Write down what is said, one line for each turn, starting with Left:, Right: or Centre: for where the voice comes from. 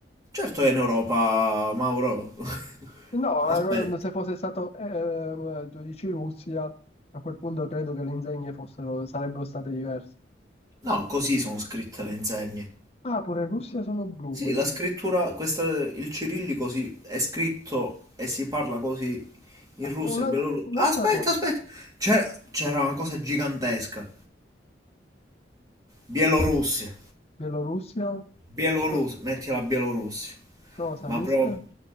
Right: certo è in Europa, Mauro. <laughs>
Left: No,
Right: Aspetta,
Left: ero- se fosse stato, ehm, tu dici Russia, a quel punto credo che le insegne fossero, sarebbero state diverse.
Right: no, così sono scritte le insegne.
Left: Ah, pure Russia sono blu,
Right: Sì,
Left: quindi.
Right: la scrittura, questa, il cirillico si, è scritto e si parla così in
Left: Ah,
Right: Russia
Left: Una,
Right: e Bielorussia.
Left: un'altra
Right: Aspetta,
Left: cosa.
Right: aspetta, c'era c'era una cosa gigantesca. Bielorussia,
Left: Bielorussia?
Right: Bielorussia,
Left: Co-
Right: metti la Bielorussia.
Left: cosa?
Right: Ma
Left: Minsk?
Right: proprio,